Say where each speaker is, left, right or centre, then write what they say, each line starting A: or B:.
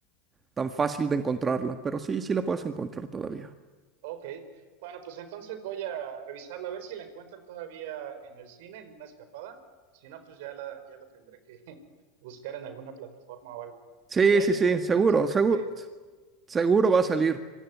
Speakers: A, on the right; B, on the right.
A: tan fácil de encontrarla, pero sí, sí la puedes encontrar todavía.
B: Ok, bueno, pues entonces voy a revisarla a ver si la encuentro todavía en el cine, en una escapada. Si no, pues ya la, ya la tendré que <laughs> buscar en alguna plataforma o algo.
A: Sí,
B: Y ahí
A: sí,
B: pues
A: sí,
B: platicamos
A: seguro,
B: a ver
A: seguro,
B: qué
A: seguro va a salir.